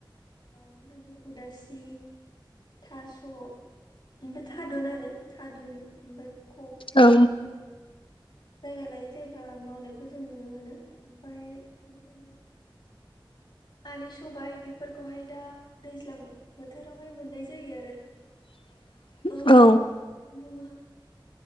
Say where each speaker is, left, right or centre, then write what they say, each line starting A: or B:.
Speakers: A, on the left; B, on the left.
A: मा होनो उदासि थास' ओमफ्राय थादुन आरो थादुन ओमफ्राय कक क्लिं
B: औ
A: बे जायगा लायै जायगा मावनायखौ जों नुनो मोनो ओमफ्राय मा होनो हानि सबाय बेफोरखौहाय दा दैज्लां बोथोरावहाय मोननाय जायो आरो
B: <inaudible>
A: ओ
B: औ
A: बुङो